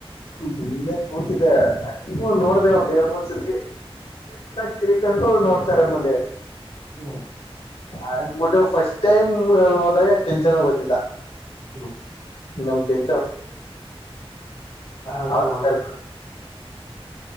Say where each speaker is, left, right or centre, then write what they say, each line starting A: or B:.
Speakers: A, on the left; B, on the left.
A: ಹ್ಮ್
B: ಸುಮ್ಮ್ನೆ ಕೂತಿದೆ ಹಂಗು ನೋಡಿದೆ ಒಂದ್ ಎರಡ್ ಮೂರ್ ಸತಿ ಎತ್ತ ತಿರಿ ಕೊಂಡ ನೋಡ್ತಾರಮ್ಮಲ್ಲೆ
A: ಹಓ
B: ಅಂದ್ಬಿಟ್ಟು ಫಸ್ಟ್ ಟೈಮ್ ಹೋದಾಗ ಕೆಂಚನ ಓದಿದ್ದ
A: ಹ್ಮ
B: ನಮ್ ಕೆಂಸ
A: ಕಾರ್ ಎತ್ಕೊಂಡ್
B: ಆ ಹ್ಮ್